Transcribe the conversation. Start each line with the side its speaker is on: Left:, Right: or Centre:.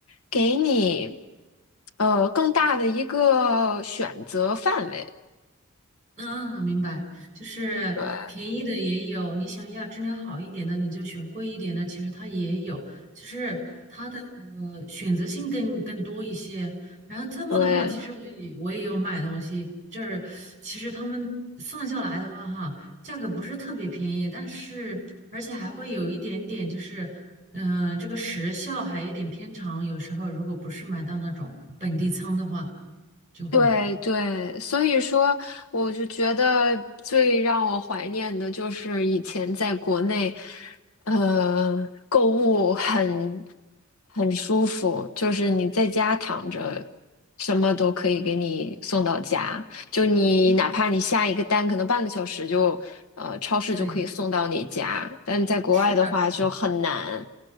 Left: 给你呃更大的一个选择范围。
Right: 啊，明白，就是便宜的也有，
Left: 对
Right: 你想要质量好一点的，你就选贵一点的，其实它也有，就是它的呃选择性更更多一些。然后特么的话，
Left: 对。
Right: 其实我也我也有买东西，就是其实他们算下来的话，哈，价格不是特别便宜，但是而且还会有一点点就是，嗯、这个时效还有一点偏长，有时候如果不是买到那种本地仓的话，就会，
Left: 对对，所以说，我就觉得最让我怀念的就是以前在国内，呃，购物很很舒服，就是你在家躺着，什么都可以给你送到家，就你哪怕你下一个单，
Right: 嗯，
Left: 可能半个小时就，呃，超市就可以送到你家，
Right: 对，
Left: 但在国外的话就很难。
Right: 是的，是的。